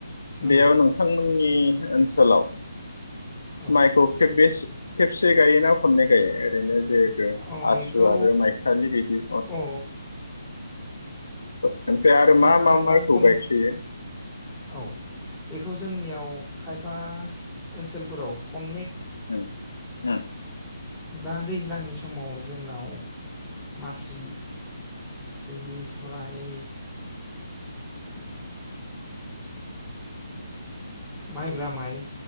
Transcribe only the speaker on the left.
बेयाव नोंथांमोननि ओनसोलाव
माइखौ खेबबेसे खेबसे गायोना खननै गायो ओरैनो जे आसु
आरो माइखालि बिदि
<unintelligible> <unintelligible>
मा मा
माइखौ
गायसोयो
उम उम